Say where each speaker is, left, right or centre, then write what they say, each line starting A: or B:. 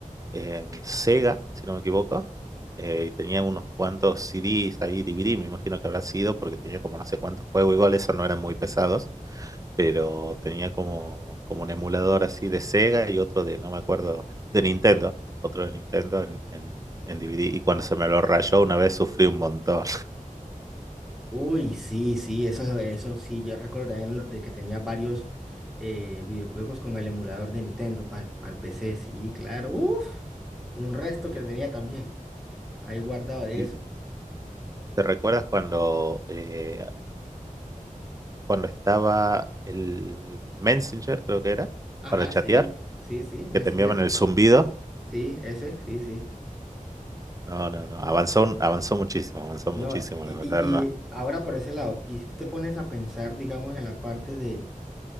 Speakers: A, on the right; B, in the centre.
A: eh, Sega, si no me equivoco, eh, y tenía unos cuantos CDs ahí, DVD, me imagino que habrá sido, porque tenía como no sé cuántos juegos, igual esos no eran muy pesados, pero tenía como, como un emulador así de Sega y otro de, no me acuerdo, de Nintendo, otro de Nintendo en, en, en DVD, y cuando se me lo rayó una vez sufrí un montón.
B: Uy, sí, sí, eso, eso sí, yo recuerdo también lo- de que tenía varios eh, videojuegos con el emulador de Nintendo para el PC, sí, claro, uff, un resto que
A: <laughs>
B: tenía también, ahí guardado de
A: y-
B: eso.
A: ¿Te recuerdas cuando, eh, cuando estaba el Messenger, creo que era,
B: Ajá,
A: para chatear,
B: sí, sí, sí, Messenger,
A: que te enviaban el zumbido?
B: sí, ese, sí, sí.
A: No, no, no. Avanzó, avanzó muchísimo, avanzó
B: No,
A: muchísimo,
B: y,
A: la verdad,
B: y-
A: no.
B: y ahora por ese lado, y si te pones a pensar, digamos, en la parte de,